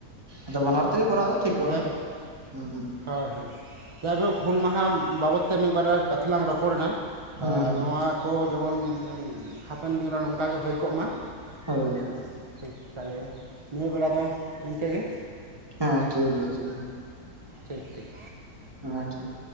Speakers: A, on the right; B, on the right.
A: ᱟᱫᱚ ᱵᱟᱱᱟᱨ ᱛᱮᱜᱮ ᱠᱚᱨᱟᱣ ᱫᱚ ᱴᱷᱤᱠᱚᱜᱼᱟ
B: ᱡᱟᱭᱦᱳᱠ
A: <unintelligible>
B: ᱦᱳᱭ ᱦᱳᱭ ᱡᱟᱭᱦᱳᱠ ᱦᱩᱞ ᱢᱟᱦᱟ ᱵᱟᱵᱚᱫ ᱛᱮ ᱢᱤᱫ ᱵᱟᱨ ᱠᱟᱛᱷᱟ ᱞᱟᱝ ᱨᱚᱯᱚᱲᱮᱱᱟ,
A: ᱦᱩᱸ ᱦᱩᱸ
B: ᱱᱚᱣᱟ ᱠᱚ ᱡᱮᱢᱚᱱ ᱦᱟᱯᱮᱱ ᱫᱤᱱ ᱨᱮ ᱱᱚᱝᱠᱟᱟᱜᱮ ᱦᱩᱭ ᱠᱚᱜ ᱢᱟ᱾
A: ᱦᱳᱭ
B: ᱦᱮ ᱴᱷᱤᱠ ᱛᱟᱦᱞᱮ ᱱᱤᱭᱟᱹ ᱵᱮᱲᱟ ᱫᱚ ᱤᱱᱠᱟ. ᱜᱮ᱾
A: ᱦᱮᱸ ᱴᱷᱤᱠ ᱟᱪᱷᱮ ᱢᱟ᱾
B: ᱴᱷᱤᱠ ᱴᱷᱤᱠ
A: ᱦᱚ ᱴᱷᱤᱠ